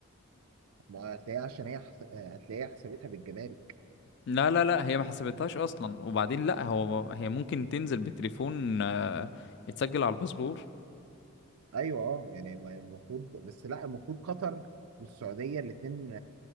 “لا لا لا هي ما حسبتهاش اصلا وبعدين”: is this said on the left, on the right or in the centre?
Left